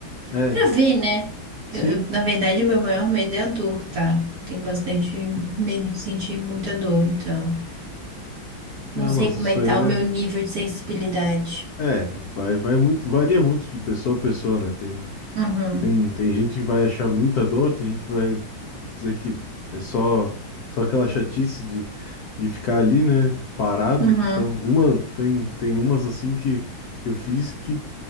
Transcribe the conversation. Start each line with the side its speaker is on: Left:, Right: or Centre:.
Left: É,
Right: pra ver, né?
Left: sim.
Right: Eu- eu, na verdade, o meu maior medo é a dor, tá? Tenho bastante medo de sentir muita dor, então.
Left: Ah,
Right: Não sei
Left: mas
Right: como
Left: isso
Right: é que
Left: aí
Right: tá o meu nível de sensibilidade.
Left: é, é, vai, vai muito, varia muito de pessoa a pessoa, né? Tem
Right: Uhum,
Left: Tem, tem gente que vai achar muita dor, tem gente que vai dizer que é só, só aquela chatice de, de ficar ali, né, parado.
Right: uhum.
Left: Então, uma, tem, tem umas assim que, que eu fiz que